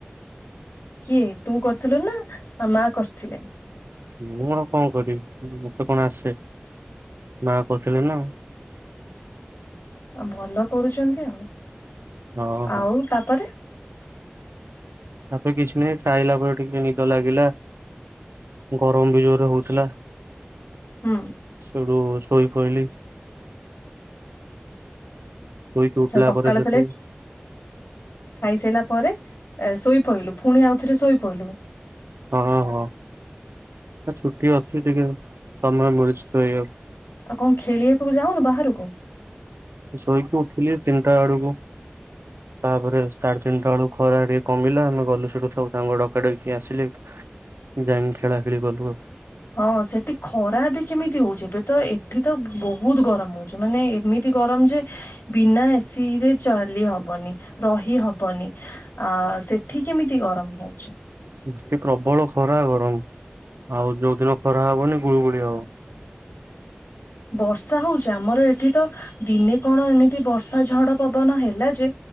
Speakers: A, on the left; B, on the right.
A: କିଏ ତୁ କରିଥିଲୁ ନା <unintelligible> ମା କରିଥିଲେ?
B: ମୁଁ କଣ-କଣ କରିବି ମତେ କଣ ଆସେ ମା କରିଥିଲେ ନା।
A: ଆ ଭଲ କରୁଚନ୍ତି ଆଉ,
B: ହଁ ହଁ।
A: ଆଉ ତାପରେ
B: ତାପରେ କିଛି ନାହିଁ, ଖାଇଲା ପରେ ଟିକେ ନିଦ ଲାଗିଲା। ଗରମ୍ ବି ଜୋରେ ହଉଥିଲା।
A: ହୁଁ।
B: ସୋଉଟୁ ଶୋଇ ପଇଲି। ଶୋଇକି
A: ଆଚ୍ଛା
B: ଉଠିଲା
A: ସକାଳେ
B: ପରେ ସେଠୁ
A: ତାଲେ ଖାଇସାଇଲା ପରେ ଶୋଇପଇଲୁ ଫୁଣି ଆଉଥରେ ଶୋଇପଇଲୁ।
B: ହଁ-ହଁ ଛୁଟି ଅଛି ଟିକେ ସମୟ ମିଳିୁଛି ଶୋଇବାକୁ।
A: ଆଉ କଣ ଖେଳିଆକୁ ଯାଉନୁ ବାହାରୁକୁ?
B: ଶୋଇକି ଉଠିଲି ତିନିଟା ଆଡୁକୁ। ତାପରେ ସାଢେ ତିନିଟା ବେଳୁକୁ ଖରା ଟିକେ କମିଲା, ଆମେ ଗଲୁ ସେଠୁ ସବୁ ସାଙ୍ଗ ଡକା ଡକି ହେଇ ଆସିଲେ। ଯାଇଁକି ଖେଳା ଖେଳି କଲୁ ଆଉ।
A: ହଁ ସେଠି ଖରା ବି କେମିତି ହଉଚି, ଏବେ ତ ଏଠି ତ ବହୁତ୍ ଗରମ ହଉଚି ମାନେ ଏମି ତି ଗରମ୍ ଯେ ବିନା ଏସି ରେ ଚାଲିହବନି ରହି ହବନି। ଆ ସେଠି କେମିତି ଗରମ ହୋଉଚି?
B: ଏଠି ପ୍ରବଳ ଖରା ଗରମ ଆଉ ଯୋଉଦିନ ଖରା ହବନି ଗୁଳୁଗୁଳି ହବ।
A: ବର୍ଷା ହୋଉଚି। ଆମର ଏଠି ତ ଦିନେ କଣ ଏମିତି ବର୍ଷା ଝଡ ପବନ ହେଲା ଯେ